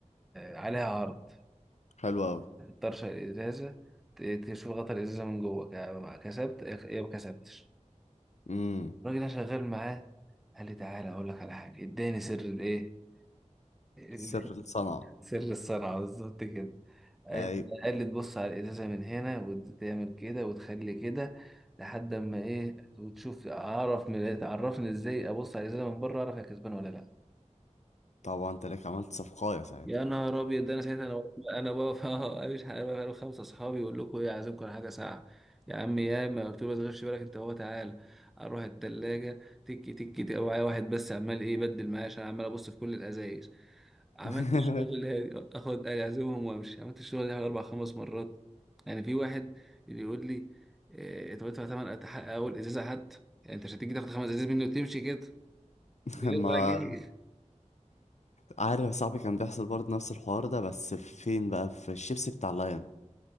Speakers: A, in the centre; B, on the left.
A: عليها عرض
B: حلو
A: تطرشق الإزازة ت- تشوف غطا الإزازة من جوه ك- كسبت يا ما كسبتش
B: أوي
A: الراجل ده شغال معاه قال لي تعالى اقول لك على حاجه اداني سر الايه <laughs>
B: سر الصنعة
A: سر الصنعه بالظبط كده قالت-
B: اي
A: قال لي تبص على الازازه من هنا وتعمل كده وتخلي كده لحد اما ايه وتشوف اعرف من تعرفني ازاي ابص على الازازه من بره اعرف هي كسبانه ولا لا
B: طبعا انت لك عملت صفقايه ساعتها
A: يا نهار ابيض ده انا ساعتها انا انا بقف <laughs> اه مش حق- انا بقف انا وخمسه اصحابي يقول لكم ايه عايزينكم على حاجه ساعه يا عم يا ما قلت له ما تغيرش بالك انت هو تعالى اروح الثلاجه تك تك تك معايا واحد بس عمال ايه بدل معايا عشان عمال ابص في كل الازايز عملت
B: <laughs>
A: الشغل هادي، اخد اعزمهم وامشي عملت الشغل ده حوالي اربع خمس مرات يعني في واحد اللي يقول لي إيه طب ادفع ثمن اول ازازه حد يعني انت مش هتيجي تاخد خمس ازايز منه وتمشي كده من غير
B: ما
A: ولا جنيه
B: عارف يا صاحبي كان بيحصل برضه نفس الحوار ده بس فين بقى في الشيبسي بتاع لاين